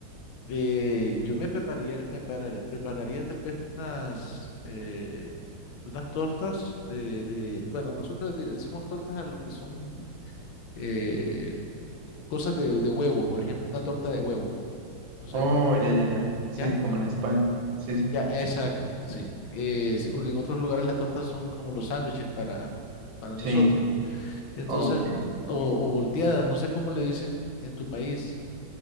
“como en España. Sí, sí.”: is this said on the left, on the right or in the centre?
Right